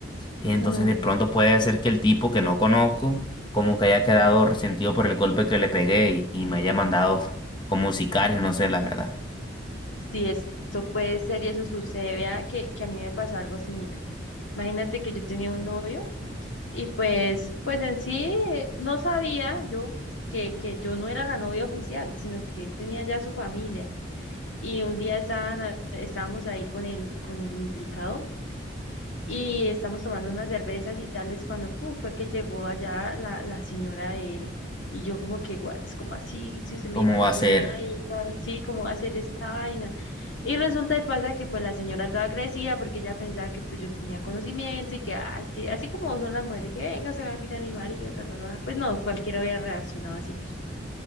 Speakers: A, on the left (about 25°); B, on the left (about 85°).
A: Entonces
B: mm,
A: de pronto puede ser que el tipo que no conozco como que haya quedado resentido por el golpe que le pegué y, y me haya mandado como un sicario, no sé la verdad.
B: Sí, es- eso puede ser y eso sucede. Vea que, que a mí me pasó algo similar. Imagínate que yo tenía un novio y pues, pues en sí eh, no sabía yo que, que yo no era la novia oficial, sino que él tenía ya su familia. y un día estaban, a- estábamos ahí con el, con el implicado y estamos tomando unas cervezas y tales cuando pu, fue que llegó allá la, la señora de él y yo como que, what, ¿cómo así? Si usted me
A: ¿Cómo
B: dijo que no
A: va a
B: tenía
A: ser?
B: nadie y tal, sí, ¿cómo va a hacer esta vaina? Y resulta y pasa que pues la señora toda crecía porque ella pensaba que pues yo tenía conocimiento y que, ah, es que así como son las mujeres, que venga, se me va a quitar mi marido, ta, ta, ta. Pues no, cualquiera hubiera reaccionado así.